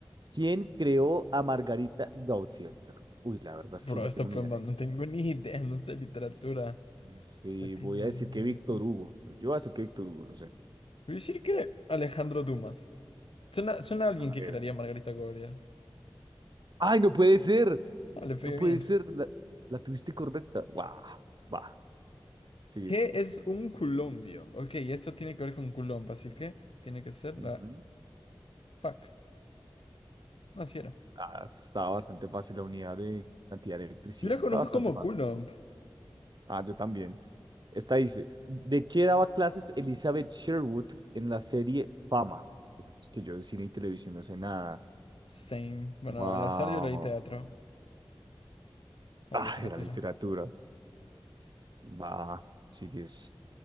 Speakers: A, on the right (about 50°); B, on the left (about 85°).
A: ¿Quién creó a Margarita Gautier? Uy, la verdad es
B: Bro,
A: que no
B: esta
A: tengo ni
B: pregunta
A: idea.
B: no tengo ni idea, no sé literatura.
A: No sé,
B: Latín,
A: voy
B: Marín,
A: a decir
B: de
A: que
B: Doping.
A: Víctor Hugo. Yo voy a decir que Víctor Hugo, no sé.
B: Voy a decir que Alejandro Dumas. Suena, suena a alguien
A: A
B: que
A: ver.
B: crearía Margarita Gabriel.
A: ¡Ay, no puede ser!
B: Ah, le pegué
A: No puede
B: bien.
A: ser. La, la tuviste correcta. ¡Wow! Va. Sí,
B: ¿Qué es un colombio? Ok, eso tiene que ver con Coulomb, así que tiene que ser
A: Ujú.
B: la... Fuck, así era.
A: Ah, está bastante fácil la unidad de cantidad de electricidad.
B: Yo la conozco
A: Está bastante
B: como
A: fácil.
B: Coulomb.
A: Ah, yo también. Esta dice, ¿de qué daba clases Elizabeth Sherwood en la serie Fama? Bueno, Es que yo de cine y televisión no sé nada.
B: Same. Bueno,
A: Wow.
B: al azar yo leí teatro o
A: Ah,
B: literatura.
A: era literatura. Va, sigues.